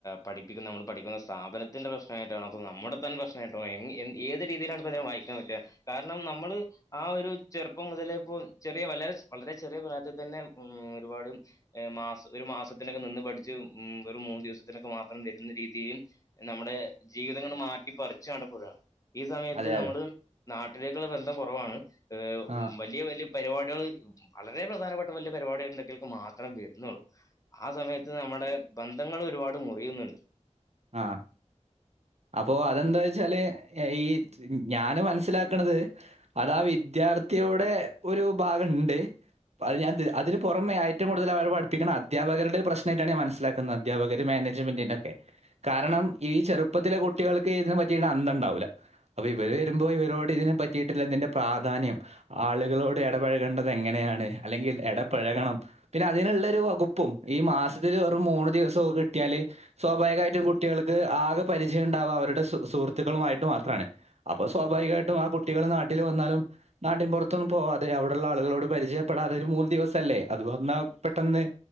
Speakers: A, on the left; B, on the right.
A: പഠിപ്പിക്കുന്ന നമ്മൾ പഠിക്കുന്ന സ്ഥാപനത്തിന്റെ പ്രശ്നയിട്ടണൊ അതോ നമ്മടെ തന്നെ പ്രശ്നമായിട്ടണൊ എ ഏത് രീതിയിലാണ് ഇപ്പോ അതിനെ വായിക്കാൻ പറ്റുക കാരണം നമ്മള് ആ ഒരു ചെറുപ്പം മുതലെ ഇപ്പോ ചെറിയ വളരെ വളരെ ചെറിയ പ്രായത്തിതന്നെ ഉം ഒരുപാട് മാസത്തിന് ഒരു മാസത്തിനൊക്കെ നിന്ന് പഠിച്ച് ഉം വെറും മൂന്ന് ദിവസത്തിനൊക്കെ മാത്രം വരുന്ന രീതി യും നമ്മുടെ ജീവിതങ്ങൾ മാറ്റിപ്പറിച്ച് നടുമ്പോഴാണ് ഈ സമയത്ത്
B: അതെ
A: നമ്മള്
B: അതെ
A: നാട്ടിലേക്കുള്ള ബന്ധം കുറവാണ്
B: ആ
A: വലിയ വലിയ പരിപാടികൾ വളരെ പ്രധാനപ്പെട്ട വലിയ പരിപാടികൾ ഉണ്ടെങ്കൽക്ക് മാത്രേ വരുന്നുള്ളൂ ആ സമയത്ത് നമ്മുടെ ബന്ധങ്ങൾ ഒരുപാട് മുറിയുന്നുണ്ട്
B: ആഹ് അപ്പോൊ അതെന്താ വെച്ചാല് ഈ ഞാന് മനസ്സിലാക്കണത് അതാ വിദ്യാർത്ഥിയുടെ ഒരു ഭാഗണ്ട് അ ഞാൻ അതിന് പുറമെ ഏറ്റവും കൂടുതൽ അവരെ പടിപ്പിക്കുന്നവരുടെ അധ്യാപകരുടെ പ്രശ്നമായിട്ടാണ് ഞാൻ മനസിലാക് ന്നത് അദ്ധ്യാപകര് മാനേജ്മെന്റിനൊക്കെ കാരണം ഈ ചെറുപ്പത്തിലെ കുട്ടികൾക്ക് ഇതിനെ പറ്റി അന്തം ഇണ്ടാവൂല്ല അപ്പൊ ഇവര് വരുമ്പോൾ ഇവരോട് ഇതിനെ പറ്റിയിട്ടുള്ള ഇതിന്റെ പ്രാധാന്യം ആളുകളോട് ഇടപഴകേണ്ടത് എങ്ങനെയാണ് അല്ലെങ്കിൽ ഇടപഴകണം പിന്നെ അതിനുള്ള ഒരു വകുപ്പും ഈ മാസത്തില് വെറും മൂന്ന് ദിവസൊക്കെ കിട്ടിയാല് സ്വാഭാവികമായിട്ടും കുട്ടി ട്ടികൾക്ക് ആകെ പരിചയം ഇണ്ടാവ അവരുടെ സുഹൃത്തുക്കളുമായിട്ട് മാത്രണ് അപ്പൊ സ്വാഭാവികമായിട്ടും ആ കുട്ടികൾ നാട്ടിൽ വന്നാലും നാട്ടിൻപുറത്തൊന്നും പോവാതെ അവിടുള്ള ആളുകളോട് പരിചയപ്പെടാതെ ഒരു മൂന്ന് ദിവസ അല്ലേ അത് വന്നാ പെട്ടെന്ന്